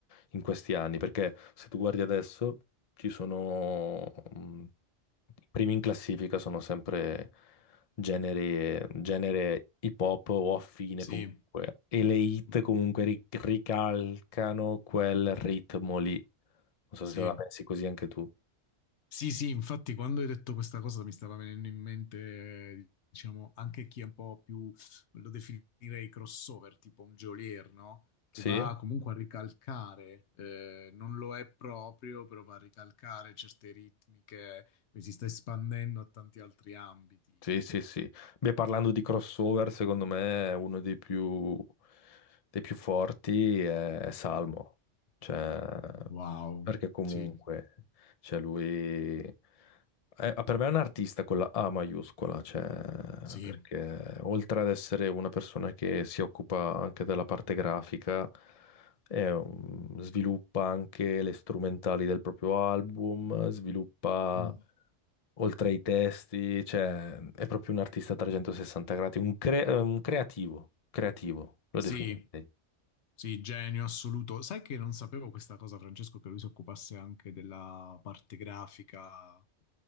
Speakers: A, on the left (about 40°); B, on the left (about 70°).
A: in questi anni, perché se tu guardi adesso ci sono mh, i primi in classifica sono sempre genere, genere hip hop o affine
B: sì,
A: comunque e le hit
B: mhm,
A: comunque ri- ricalcano quel ritmo lì. Non
B: sì.
A: so se la pensi così anche tu.
B: Sì, sì, infatti quando hai detto questa cosa mi stava venendo in mente, eh, diciamo, anche chi è un po' più, lo definirei crossover, tipo un geolier, no? Che
A: Sì,
B: va comunque a ricalcare, eh, non lo è proprio, però va a ricalcare certe ritmiche, quindi si sta espandendo a tanti altri ambiti.
A: sì, sì, sì. Beh, parlando di crossover, secondo me è uno dei più, dei più forti è, è Salmo. Cioè,
B: Wow,
A: perché comunque,
B: sì,
A: cioè lui è- ah, per me è un artista con la A maiuscola, cioè,
B: sì,
A: perché oltre ad essere una persona che si occupa anche della parte grafica, è un- sviluppa anche le strumentali del proprio album, sviluppa
B: Mm.
A: oltre ai testi, cioè è proprio un artista a 360 gradi, un, cre- eh, un creativo, creativo, lo
B: sì.
A: definirei.
B: Sì, genio assoluto. Sai che non sapevo questa cosa, Francesco, che lui si occupasse anche della parte grafica eh,